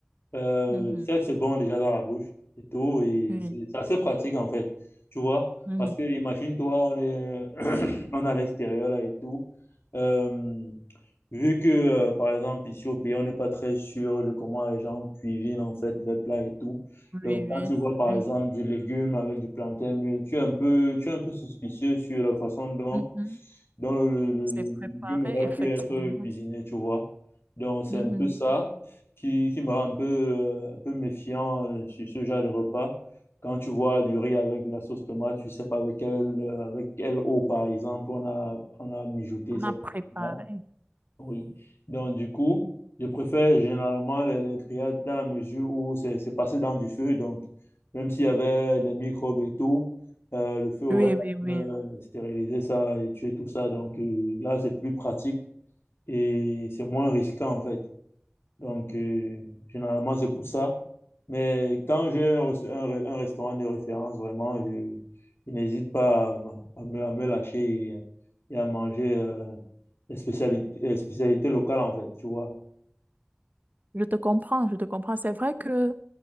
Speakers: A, on the left; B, on the right.
A: Euh,
B: Mhm.
A: 7, c'est bon déjà dans la bouche et tout. Et
B: Oui,
A: c'est c'est assez pratique en fait, tu vois.
B: Mhm.
A: Parce que imagine-toi, on est, <clears throat> on est à l'extérieur là et tout. Euh, vu que, euh, par exemple, ici au pays, on n'est pas très sûr de comment les gens cuisinent en fait les plats et tout.
B: oui,
A: Donc, quand
B: oui,
A: tu vois par
B: oui.
A: exemple du légume avec du plantain, mais tu es un peu, tu es un peu suspicieux sur la façon dont
B: Mhm.
A: dont le, le- le-
B: C'est
A: le
B: préparé,
A: légume aurait
B: effectivement.
A: pu être cuisiné, tu vois. Donc, c'est
B: Mhm.
A: un peu ça qui, qui me rend un peu, euh, un peu méfiant euh, sur ce genre de repas. Quand tu vois du riz avec de la sauce tomate, tu sais pas avec quelle, euh, avec quelle eau, par exemple, on a, on a mijoté
B: On
A: cette
B: a préparé.
A: tomate. Oui. Donc, du coup, je préfère généralement les, les grillades dans la mesure où c'est c'est passé dans du feu. Donc, même s'il y avait des microbes et tout, euh, le feu aurait
B: Oui,
A: quand
B: oui, oui.
A: même, euh, stérilisé ça et tué tout ça. Donc, euh, là, c'est plus pratique et c'est moins risquant, en fait. Donc, euh, généralement, c'est pour ça. Mais quand j'ai un, res- un re- un restaurant de référence, vraiment, je, je n'hésite pas à, m- à me, à me lâcher et, et à manger euh, les spécialités, les spécialités locales, en fait, tu vois.
B: Je te comprends, je te comprends. C'est vrai que